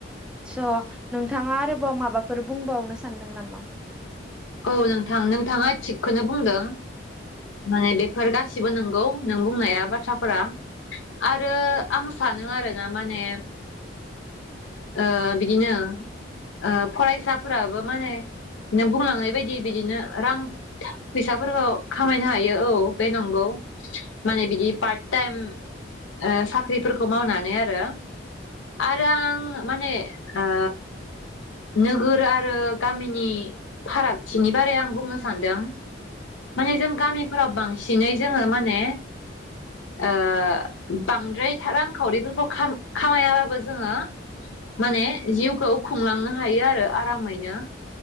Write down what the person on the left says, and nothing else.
औ नोंथां नोंथाङा थिगखौनो बुंदों माने बेफोर गासिबो नंगौ नों बुंनाया बाथ्राफोरा। आरो आं सानो आरोना माने ओ बिदिनो ओ फरायसा फोराबो माने नों बुंलांनाय बेबायदि बिदिनो रां फैसाफोरखौ खामायनो हायो औ बे नंगौ माने बिदि पार्ट टाइम ओ साख्रिफोरखौ मावनानै आरो आरो आं माने ओ नोगोर आरो गामिनि फारागथिनि बारै आं बुंनो सानदों। माने जों गामिफोराव बांसिनै जोङो माने ओ बांद्राय रांखावरिफोरखौ खाम खामायाबाबो जोङो माने जिउखौ खुंलांनो हायो आरो आरामैनो।